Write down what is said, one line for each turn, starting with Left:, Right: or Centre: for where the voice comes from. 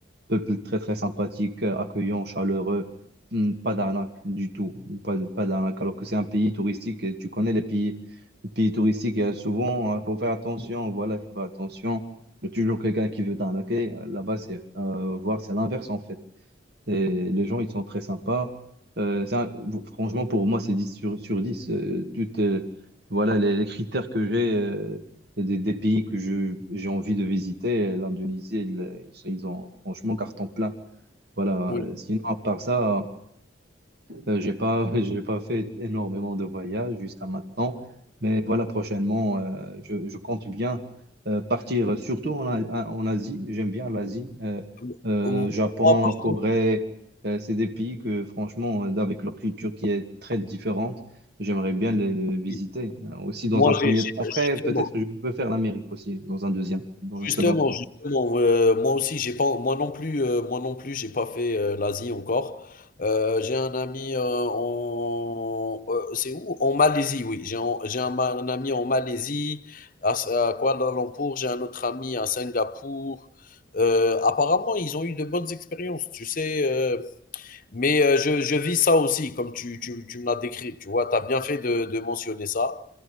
Right: peuple très, très sympathique, euh, accueillant, chaleureux. Hmm, Pas d'arnaque du tout, pas, pas d'arnaque. Alors que c'est un pays touristique et tu connais les pays, les pays touristiques, il y a souvent, il faut faire attention, voilà, il faut faire attention. Il y a toujours quelqu'un qui veut t'arnaquer. Là-bas, c'est euh, voir, c'est l'inverse en fait. Et les gens, ils sont très sympas. Euh, ça, bon, franchement, pour moi, c'est 10 sur, sur 10. Euh, toutes, euh, voilà, les, les critères que j'ai euh, des, des pays que je, j'ai envie de visiter, euh, l'Indonésie, ils, ils sont- ils ont franchement carton plein. Voilà.
Left: oui,
Right: Euh, Sinon, à part ça, euh, j'ai pas, <laughs> j'ai pas fait énormément de voyages jusqu'à maintenant, mais voilà, prochainement, euh, je, je compte bien euh, partir, surtout en, A- en Asie. J'aime bien l'Asie, euh,
Left: oui.
Right: euh, Japon,
Left: Moi par
Right: Corée.
Left: contre,
Right: euh, c'est des pays que, franchement, euh, avec leur culture qui est très différente, j'aimerais bien les, les visiter
Left: oui.
Right: euh, aussi dans
Left: Moi
Right: un premier
Left: j'ai j'ai
Right: temps. Après,
Left: justement
Right: peut-être que je peux faire l'Amérique aussi dans un deuxième, dans
Left: Justement,
Right: un second temps.
Left: justement, heu, moi aussi, j'ai pas moi non plus, heu, moi non plus, j'ai pas fait, heu, l'Asie encore. Heu, j'ai un ami, heu, en, heu, c'est où? En Malaisie, oui, j'ai en j'ai un ma un ami en Malaisie, à à Kuala Lumpur, j'ai un autre ami à Singapour. Heu, apparemment, ils ont eu de bonnes expériences, tu sais, heu mais euh, je, je vis ça aussi, comme tu, tu, tu me l'as décrit. Tu vois, tu as bien fait de, de mentionner ça.